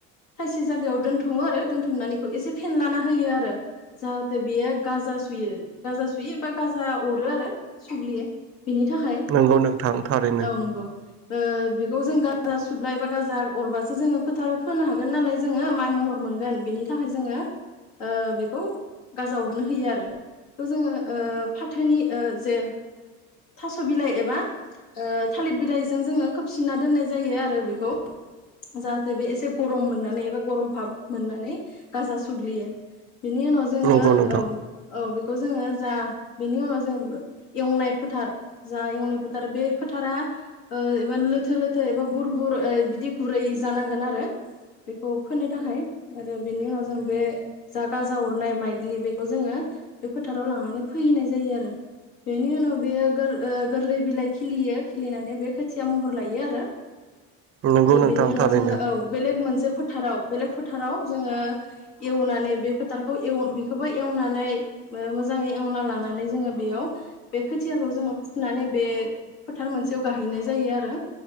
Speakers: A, on the left; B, on the right.
A: थायसे जायागायाव दोनथुमो आरो दोनथुमनानैखौ एसे फेनलाना होयो आरो जाहाथे बेयो गाजा सुयो गाजा सुयो बा गाजा अरो आरो सुग्लियो बिनि थाखाय
B: नंगौ नोंथां थारैनो
A: औ नंगौ बेखौ जों गाजा सुब्ला एबा गाजा अरबासो जोङो फोथाराव फोनो हागोन नालाय जोङो माइ महर मोनगोन बेनि थाखाय जोङो ओ बेखौ गाजा अरनो होयो आरो बेखौ जोङो ओ फाथोनि ओ जे थास' बिलाइ एबा ओ थालिर बिलाइजों जोङो खोबसिनना दोननाय जायो आरो बेखौ जाहाथे बे एसे गरम मोननानै एबा गरम फाब मोननानै गाजा सुग्लियो बेनि उनाव जोङो
B: नंगौ नोंथां
A: औ औ खौ जोङो जा बेनि उनाव जों एवनाय फोथार जा एवनाय फोथार बे फोथारा एबा लोथो लोथो एबा बुर बुर बिदि गुरै जानांगोन आरो बेखौ फोनो थाखाय आरो बेनि उनाव जों बे जा गाजा अरनाय माइग्लि बेखौ जोङो बे फोथाराव लांनानै फोहैनाय जायो आरो बेनि उनाव बेयो गोर ओ गोरलै बिलाइ खिलियो खिलिनानै बे खोथिया महर लायो आरो
B: नंगौ
A: दा
B: नोंथां
A: बिनि उनाव
B: थारैनो
A: जोङो औ बेलेग मोनसे फोथाराव बेलेग फोथाराव जोङो एवनानै बे फोथारखौ बेखौबो एवनानै ओ मोजाङै एवना लानानै जो बेयाव बे खोथियाखौ जो- जोङो फुनानै बे फोथार मोनसेयाव गाहैनाय जायो आ रों